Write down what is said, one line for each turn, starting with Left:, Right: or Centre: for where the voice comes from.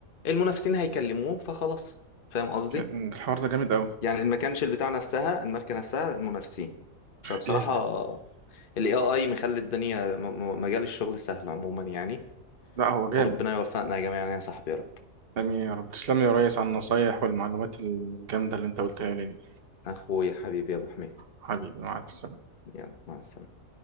Left: المنافسين هيكلموه فخلاص فاهم قصدي
Right: يعني الحوار ده جامد قوي
Left: يعني ما كانش البتاع نفسها الماركة نفسها المنافسين فبصراحة
Right: جامد
Left: ال AI مخلي الدنيا م- م- مجال الشغل سهل عموما يعني
Right: لا هو جامد
Left: وربنا يوفقنا يا جماعة يعني يا صاحبي يا رب
Right: امين يا رب تسلم لي يا ريس على النصايح والمعلومات الجامده اللي انت قلتها لي دي
Left: أخويا حبيبي يا أبو حميد
Right: حبيبي مع الف سلامه
Left: يلا مع السلامة